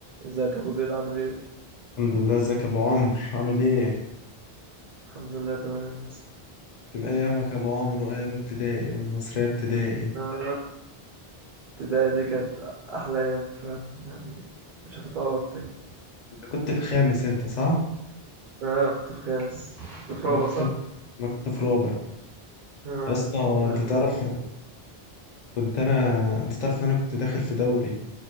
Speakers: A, on the right; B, on the left.
A: ازيك يا ابو زيد عامل ايه؟
B: الحمد لله ازيك يا ابو عمرو عامل ايه
A: الحمد لله تمام يا اسطى
B: كان ايامك يا ابو عمرو وايام ابتدائي والنصريه ابتدائي
A: آه، البداية دي كانت أحلى أيام فعلا يعني مش هتتعوض تاني
B: انت كنت في خامس انت صح
A: آه كنت في خامس كنت في رابع
B: انا كنت
A: صح؟
B: انا كنت في رابع
A: آه
B: يا اسطى
A: كنا-
B: انت تعرف كنت انا انت تعرف ان انا كنت داخل في دوري